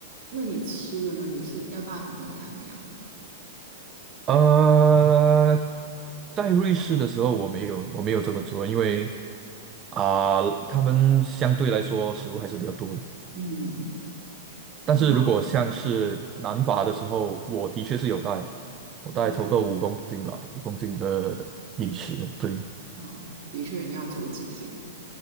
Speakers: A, on the right; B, on the right.
A: 那你吃的呢？你是要带很多干粮的
B: 呃，在瑞士的时候我没有我没有这么做，因为啊、
A: 吗？
B: 他们相对来说食物还是比较多的。
A: 嗯，
B: 但是如果像是南法的时候，
A: 那难吧？
B: 我的确是有带，我带差不多五公斤吧，
A: 嗯，
B: 五公斤的饮食，
A: 哇，
B: 对。
A: 哦，的确，你要走几天？